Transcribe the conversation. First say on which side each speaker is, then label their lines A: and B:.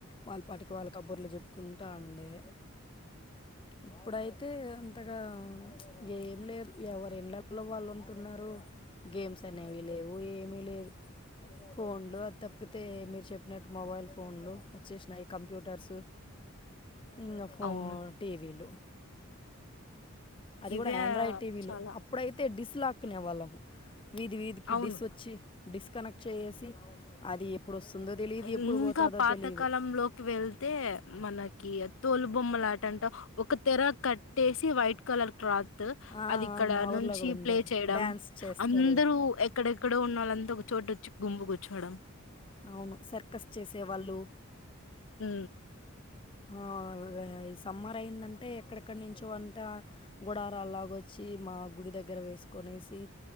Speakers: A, on the left; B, on the left.
A: వాళ్ళపాటికి వాళ్ళ కబుర్లు చెప్పుకుంటా ఉండే ఇప్పుడైతే అంతగా ఏం లేదు ఎవరిల్లళ్లో వాళ్ళు ఉంటున్నారు గేమ్స్ అనేవి లేవు ఏమి లేదు ఫోన్లు అది తప్పితే మీరు చెప్పినట్టు మొబైల్ ఫోన్లు వచ్చేసినాయి కంప్యూటర్స్ ఇంగ ఫ
B: అవును
A: టీవీలు అది
B: ఇవే
A: కూడా ఆండ్రాయిడ్ టీవీలు
B: చాలా
A: అప్పుడైతే డిస్ లాక్నే వాళ్ళము వీధి వీధికి
B: అవును
A: డిస్ వచ్చి డిస్కనెక్ట్ చేేసి అది ఎప్పుడు వస్తుందో తెలిదు
B: ఇంకా
A: ఎప్పుడు పోతుదో
B: పాతకాలంలోకి
A: తెలిదు
B: వెళ్తే మనకి తోలు బొమ్మ లాటంట ఒక తెర కట్టేసి వైట్ కలర్ క్లాత్
A: ఆ,
B: అది ఇక్కడ
A: మా ఊర్లో
B: నుంచి
A: కూడా ఉండే
B: ప్లే చేయడం
A: డ్యాన్స్ చేస్తారు
B: అందరూ ఇక్కడెక్కడో ఉన్నళ్ంతా ఒక చోటు వచ్చి గుంపు కూర్చోవడం
A: అవును సర్కస్ చేసేవాళ్ళు
B: హ
A: ఆ ఈ సమ్మర్ అయిందంటే ఎక్కడెక్కడ నుంచో అంత గుడారలాగొచ్చి మా గుడి దగ్గర వేసుకనేసి